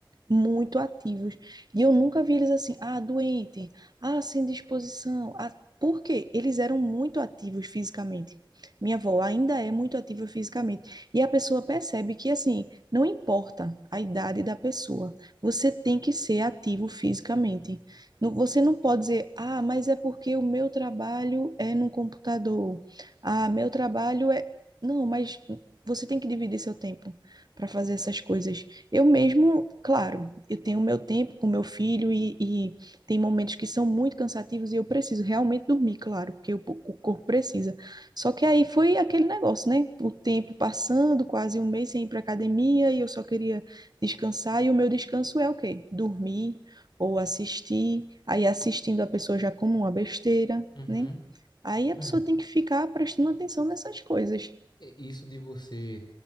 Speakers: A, on the right (about 50°); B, on the left (about 55°).
A: muito ativos. E eu nunca vi eles assim, ah, doente, ah, sem disposição. Ah, por quê? Eles eram muito ativos fisicamente. Minha avó ainda é muito ativa fisicamente. E a pessoa percebe que, assim, não importa a idade da pessoa, você tem que ser ativo fisicamente. Não- Você não pode dizer, ah, mas é porque o meu trabalho é num computador. Ah, meu trabalho é. Não, mas você tem que dividir seu tempo para fazer essas coisas. Eu mesmo, claro, eu tenho meu tempo com meu filho e, e tem momentos que são muito cansativos e eu preciso realmente dormir, claro, porque o, o corpo precisa. Só que aí foi aquele negócio, né? O tempo passando, quase um mês sem ir para academia e eu só queria descansar e o meu descanso é o quê? Dormir ou assistir. Aí assistindo a pessoa já como uma besteira,
B: Uhum.
A: né? Aí a
B: É.
A: pessoa tem que ficar prestando atenção nessas coisas.
B: É, Isso de você